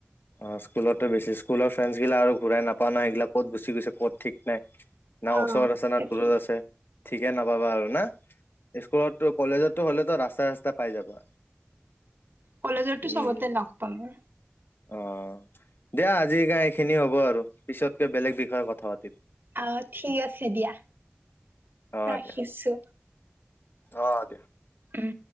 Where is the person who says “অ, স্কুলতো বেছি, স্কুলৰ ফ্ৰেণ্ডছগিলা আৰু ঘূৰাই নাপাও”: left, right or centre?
Left